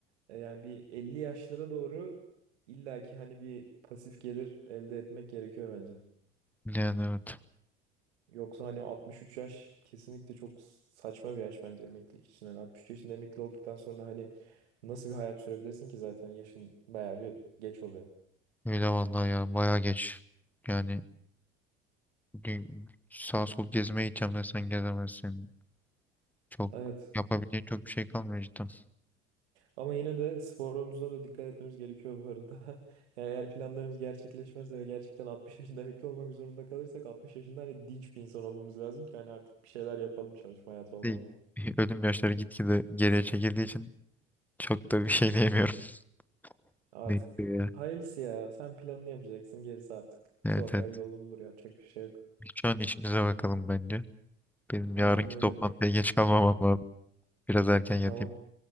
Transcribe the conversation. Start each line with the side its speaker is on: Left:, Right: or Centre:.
Right: e, yani bir 50 yaşlara doğru illaki hani bir pasif gelir elde etmek gerekiyor bence.
Centre: Yani evet.
Right: Yoksa hani 63 yaş kesinlikle çok saçma bir yaş bence emeklilik için. Hani 63 yaşında emekli olduktan sonra hani nasıl bir hayat sürebilirsin ki zaten yaşın bayağı bir geç oluyor.
Centre: Öyle vallahi ya baya geç. Yani dü- sağ sol gezmeye gideceğim desen gezemezsin. Çok
Right: Evet.
Centre: yapabileceğin çok bir şey kalmıyor cidden.
Right: Ama yine de sporumuza da dikkat etmemiz gerekiyor bu arada. <laughs> Yani eğer planlarımız gerçekleşmezse ve gerçekten 60 yaşında emekli olmak zorunda kalırsak 60 yaşında hani dinç bir insan olmamız lazım ki hani artık bir şeyler yapalım çalışma hayatı olmadan.
Centre: değil. <laughs> Ölüm yaşları gitgide geriye çekildiği için çok da bir şey diyemiyorum. <laughs>
Right: Artık
Centre: Net ya.
Right: hayırlısı ya sen planını yapacaksın gerisi artık. Su
Centre: Evet
Right: akar
Centre: evet.
Right: yolunu bulur yapacak bir şey yok.
Centre: Şu an işimize bakalım bence. Benim
Right: Aynen
Centre: yarınki
Right: öyle.
Centre: toplantıya geç kalmamam lazım. Biraz erken yatayım.
Right: Tamam